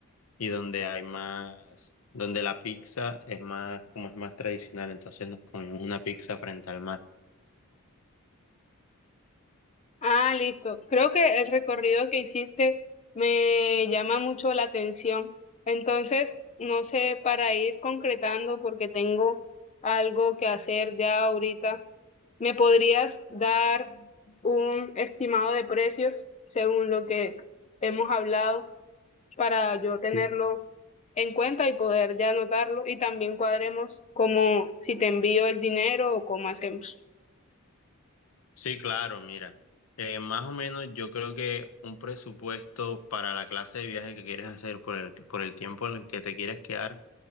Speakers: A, on the left (about 75°); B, on the left (about 30°).
A: y donde hay más, donde la pizza es más, como es más tradicional. Entonces nos comimos una pizza frente al mar.
B: Ah, listo. Creo que el recorrido que hiciste me llama mucho la atención. Entonces, no sé, para ir concretando, porque tengo algo que hacer ya ahorita, ¿me podrías dar un estimado de precios según lo que hemos hablado? para yo tenerlo
A: Sí,
B: en cuenta y poder ya anotarlo y también cuadremos como si te envío el dinero o cómo hacemos.
A: Sí, claro, mira. Eh, más o menos yo creo que un presupuesto para la clase de viaje que quieres hacer por el, por el tiempo en el que te quieres quedar